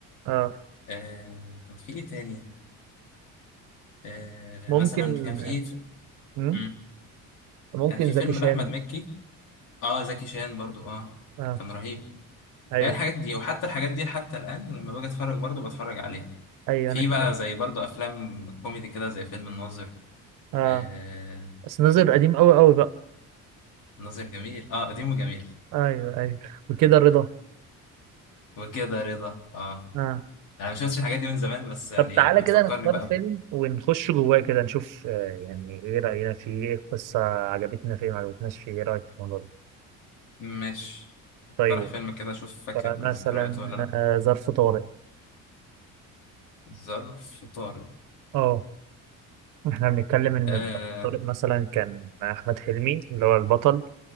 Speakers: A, on the right; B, on the left.
A: اه
B: آه، كان في إيه تاني آه،
A: ممكن
B: مثلا كان في
A: مم؟
B: مم،
A: ممكن
B: كان في
A: زكي
B: فيلم
A: شان
B: لأحمد مكي اه زكي شان برضو اه
A: اه
B: كان رهيب
A: ايوه
B: هي الحاجات دي وحتى الحاجات دي حتى الآن لما باجي اتفرج برضو بتفرج عليها
A: ايوه
B: في
A: انا كمان
B: بقى زي برضو أفلام كوميدي كده زي فيلم الناظر
A: اه
B: آه
A: بس نظر قديم قوي قوي بقى
B: الناظر جميل اه قديم وجميل
A: ايوه ايوه وكده رضا
B: وكده رضا اه
A: اه
B: أنا ما شفتش الحاجات دي من زمان بس يعني
A: طب تعالى
B: بتفكرني
A: كده نختار
B: بقى
A: فيلم
B: ب-
A: ونخش جواه كده نشوف آه، يعني ايه راينا فيه ايه القصه عجبتنا فيه ما عجبتناش فيه ايه رايك في الموضوع ده
B: ماشي اقترح
A: طيب
B: فيلم كده أشوف فاكر
A: فمثلا
B: ذكرياته ولا لأ
A: آه، ظرف طارق
B: ظرف طارق
A: اه احنا بنتكلم ان
B: آه
A: طارق مثلا كان احمد حلمي اللي هو البطل